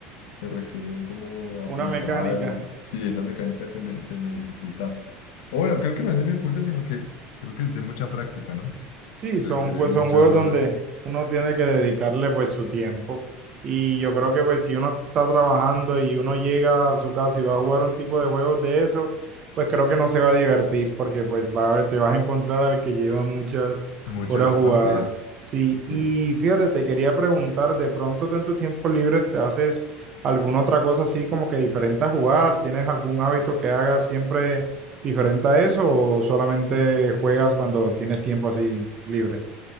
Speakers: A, on the left; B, on the right.
A: que requieren como apuntar
B: Una mecánica.
A: y, sí, esa mecánica se me, se me dificulta. O bueno, creo que no se me dificulta, sino que creo que es de mucha práctica, ¿no?
B: Sí,
A: Y
B: son,
A: requiere
B: jue-
A: muchas
B: son juegos
A: horas,
B: donde uno tiene que dedicarle pues su tiempo. Y yo creo que pues si uno está trabajando y uno llega a su casa y va a jugar un tipo de juegos de eso, pues creo que no se va a divertir porque pues va a, ver- te vas a encontrar al que lleva muchas
A: muchas
B: horas jugadas.
A: partidas,
B: Sí,
A: sí.
B: y fíjate, te quería preguntar, ¿de pronto tú en tus tiempos libres te haces alguna otra cosa así como que diferente a jugar? ¿Tienes algún hábito que hagas siempre? diferente a eso o solamente juegas cuando tienes tiempo así libre?